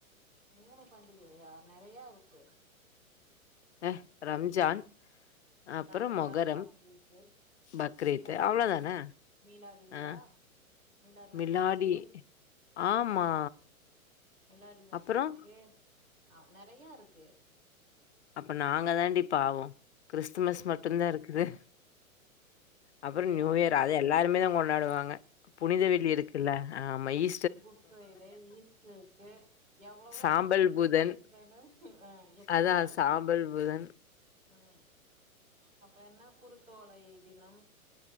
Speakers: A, on the right (about 70°); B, on the left (about 50°).
A: மூணு பண்டிகையா நெறையா இருக்கு
B: எ ரம்ஜான் அப்புறம்
A: தம்ஜான்
B: மொகரம்,
A: பக்ரீத்து
B: பக்ரீத்
A: மொஹர்ரம்
B: அவ்ளோதானே?
A: மீலாதுவிழா
B: ஆ
A: மீலாட்நபி
B: மிலாடி
A: இருக்கு
B: ஆமா.
A: ஆன் மிலாடி நபி
B: அப்புறம்,
A: இருக்கு ஆ நெறையா இருக்கு
B: அப்ப நாங்க தாண்டி பாவோ க்றிஸ்துமஸ்
A: ம்
B: மட்டுந்தா இருக்குது அப்பறு
A: ஏ
B: ந்யூயர் அது எல்லாருமே தா கொண்டாடுவாங்க புனித வெள்ளி இருக்குல்ல ஆம ஈ
A: எங்குட் ஃப்ரைடே ஈஸ்ட்ருக்கு எவ்ளவோ
B: சாம்பல்
A: இருக்கு நீ
B: புதன்.
A: க்றிஸ்டின் தானே ஆ எத்தனையோ
B: அதான்
A: இரு
B: சாம்பல் புதன்
A: ம் அப்ற என்ன குருத்தோலை தினம்